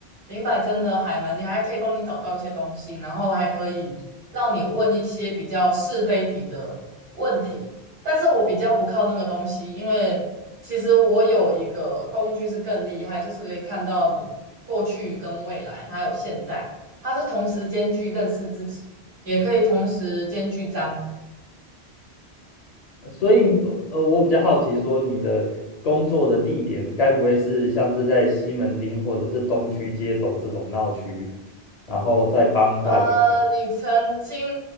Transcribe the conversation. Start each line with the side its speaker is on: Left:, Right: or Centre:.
Right: 零摆真的还蛮厉害，还可以帮你找到一些东西，然后还可以让你问一些比较是非题的问题。但是我比较不靠那个东西，因为其实我有一个工具是更厉害，就是可以看到你过去跟未来，它有现在，它是同时兼具认识自己，也可以同时兼具占卜。
Left: 所以呃，我比较好奇说你的工作的地点该不会是像是在西门町或者是东区街头这种闹区，然后再帮大家，
Right: 呃，你曾经，